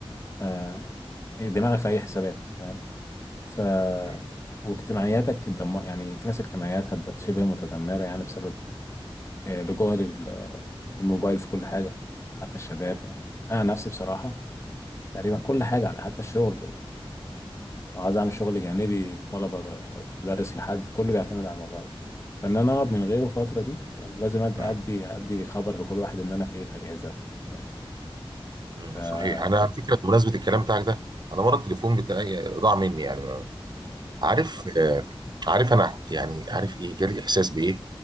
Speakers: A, on the left; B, on the right.
A: آه، دماغك في أي حسابات تمام ف
B: أيوة.
A: واجتماعياتك دم... يعني في ناس اجتماعياتها د- شبه متدمرة يعني بسبب آه، لجوها للموبايل في كل حاجة حتى الشباب يعني أنا عن نفسي بصراحة تقريبا كل حاجة على حتى الشغل لو عايز اعمل شغل جانبي الطلبه بقى، لو بدرس لحد كله بيعتمد على الموبايل فان انا اقعد من غيره الفتره دي تمام لازم أد-
B: مم.
A: ادي ادي خبر لكل واحد ان انا في ايه في اجهزه تمام
B: مم.
A: ف اه
B: صحيح انا على فكره بمناسبه الكلام بتاعك ده انا مره التليفون بتاعي ضاع مني يعني عارف آه، عارف انا يعني عارف ايه جالي احساس بايه